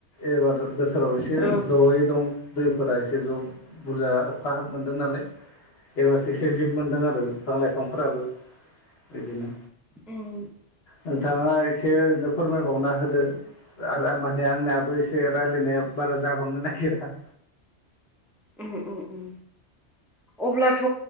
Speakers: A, on the left; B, in the centre.
A: एबार बोसोराव एसे
B: उम
A: जयै दं दैफोरा, एसे ज' बुरजा अखा हाब मोनदों नालाय। एबारसो एसे जिब मोनदों आरो बिफां लाइफांफोराबो बिदिनो।
B: उम
A: नोंथाङा एसे ओरैनो फोरमायबावना होदो माने आंनियाबो एसे रायलायनाया बारा जाबांनो नागिरा।
B: उम उम उम अब्लाथ'